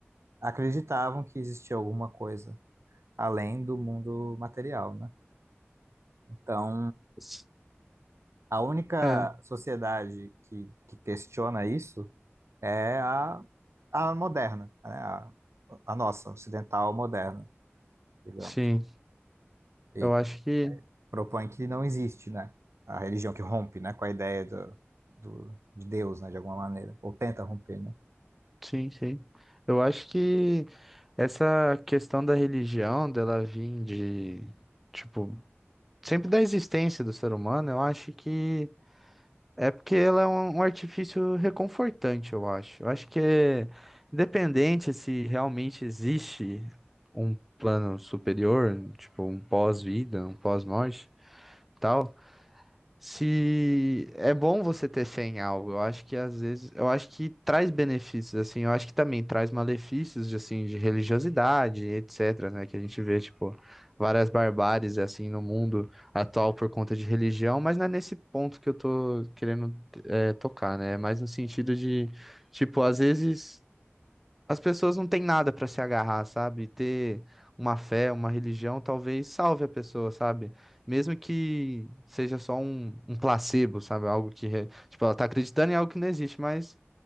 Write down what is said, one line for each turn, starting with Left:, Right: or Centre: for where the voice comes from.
Right: acreditavam que existia alguma coisa além do mundo material, né? Então,
Centre: S-
Right: a única
Centre: É,
Right: sociedade que, que questiona isso é a, a moderna, né? A, a nossa, ocidental moderna, digamos.
Centre: sim.
Right: E
Centre: Eu acho que.
Right: propõe que não existe, né? A religião que rompe, né? Com a ideia do, do, de Deus, né? De alguma maneira. Ou tenta romper, né?
Centre: Sim, sim. Eu acho que essa questão da religião, dela vir de. Tipo, sempre da existência do ser humano, eu acho que É porque ela é um, um artifício reconfortante, eu acho. Eu acho que é independente se realmente existe um plano superior, tipo um pós-vida, um pós-morte, tal. Se é bom você ter fé em algo, eu acho que às vezes, eu acho que traz benefícios, assim, eu acho que também traz malefícios, de, assim, de religiosidade, etc, né, que a gente vê, tipo, várias barbáries, assim, no mundo atual por conta de religião, mas não é nesse ponto que eu tô querendo, é, tocar, né, é mais no sentido de, tipo, às vezes. As pessoas não têm nada pra se agarrar, sabe? Ter uma fé, uma religião, talvez salve a pessoa, sabe? Mesmo que seja só um, um placebo, sabe? Algo que, re- tipo, ela tá acreditando em algo que não existe, mas